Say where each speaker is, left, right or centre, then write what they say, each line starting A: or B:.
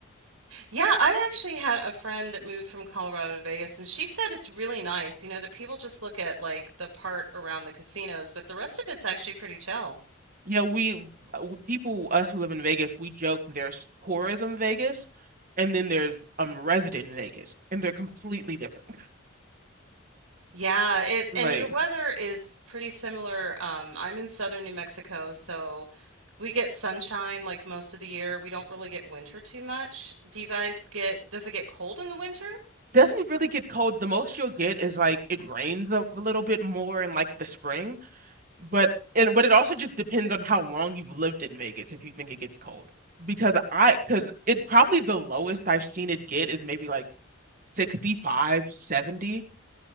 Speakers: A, on the right; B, on the right.
A: Yeah, I actually had a friend that moved from Colorado to Vegas, and she said it's really nice, you know, that people just look at like the part around the casinos, but the rest of it's actually pretty chill.
B: Yeah, we uh, w- people us who live in Vegas, we joke that there's tourism Vegas, and then there's um resident Vegas, and they're completely different.
A: Yeah, it
B: Like,
A: and your weather is pretty similar. Um, I'm in southern New Mexico, so we get sunshine like most of the year. We don't really get winter too much. Do you guys get, does it get cold in the winter?
B: doesn't really get cold. The most you'll get is like it rains a little bit more in like the spring, but and but it also just depends on how long you've lived in Vegas if you think it gets cold. Because I, because it probably the lowest I've seen it get is maybe like Sixty-five, 70.